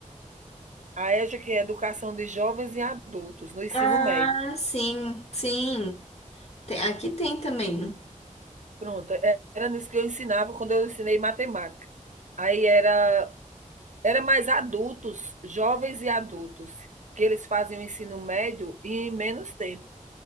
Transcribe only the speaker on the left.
Ah,
sim, sim. Tem- aqui tem também.